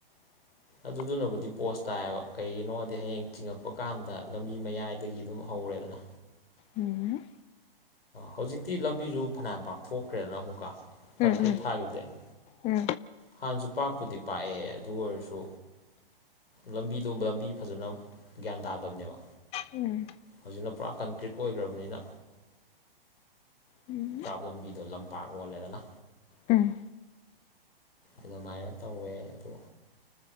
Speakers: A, on the left (about 20°); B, on the left (about 75°).
A: <inaudible>
B: ꯑꯗꯨꯗꯨꯅꯕꯨꯗꯤ ꯄꯣꯁ ꯇꯥꯏꯌꯦꯕ ꯀꯩꯒꯤꯅꯣꯗꯤ ꯍꯌꯦꯡ ꯆꯤꯡꯉꯛꯄ ꯀꯥꯟꯗ ꯂꯝꯕꯤ ꯃꯌꯥꯏꯗꯒꯤ ꯑꯗꯨꯝ ꯍꯧꯔꯦꯗꯅ
A: ꯎꯝ
B: ꯍꯧꯖꯤꯛꯇꯤ ꯂꯝꯕꯤꯁꯨ ꯐꯅꯌꯥꯝ ꯄꯥꯛꯊꯣꯛꯈ꯭ꯔꯦꯗꯅ ꯑꯃꯨꯛꯀ ꯀꯟꯀ꯭ꯔꯤꯠ
A: ꯎꯝ ꯎꯝ
B: ꯊꯥꯒꯤꯕꯗꯒꯤ
A: ꯎꯝ
B: ꯍꯥꯟꯅꯁꯨ ꯄꯥꯛꯄꯨꯗꯤ ꯄꯥꯛꯑꯦ ꯑꯗꯨ ꯑꯣꯏꯔꯁꯨ ꯂꯝꯕꯤꯗꯣꯕ ꯂꯝꯕꯤ ꯐꯖꯅ ꯒ꯭ꯌꯥꯟ ꯇꯥꯗꯕꯅꯦꯕ
A: ꯎꯝ
B: ꯍꯧꯖꯤꯛꯅ ꯄꯨꯔꯥ ꯀꯟꯀ꯭ꯔꯤꯠ ꯑꯣꯏꯒ꯭ꯔꯕꯅꯤꯅ
A: ꯎꯝ
B: ꯀ꯭ꯂꯥꯎꯠ ꯂꯝꯕꯤꯗꯣ ꯂꯝꯄꯥꯛ ꯑꯣꯜꯂꯦꯗꯅ
A: ꯎꯝ
B: ꯑꯗꯨꯃꯥꯏꯅ ꯇꯧꯋꯦ ꯑꯗꯣ